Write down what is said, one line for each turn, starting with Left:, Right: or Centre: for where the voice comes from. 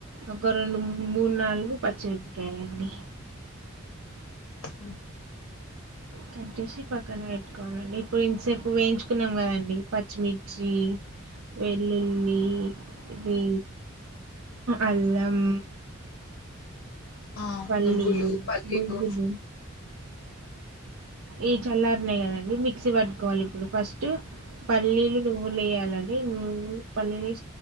Right: ఒక రెండు మూడు నాలుగు పచ్చిమిరపకాయలాండి
Left: కే
Right: కట్టేసి పక్కనే పెట్టుకోవాలండి ఇప్పుడు ఇంతసేపు వేయించుకున్నాం కదండి పచ్చిమిర్చి వెల్లుల్లి ఇది అల్లం
Left: ఆ
Right: పళీలు
Left: నువ్వులు పల్లీలు
Right: ను్రు ఈ చల్లారనేయి కదండి మిక్సీ పట్టుకోవాలి ఇప్పుడు ఫస్ట్ పల్లీలు నువ్వులు వేయాలంని నువ్వులు పల్లీలు వే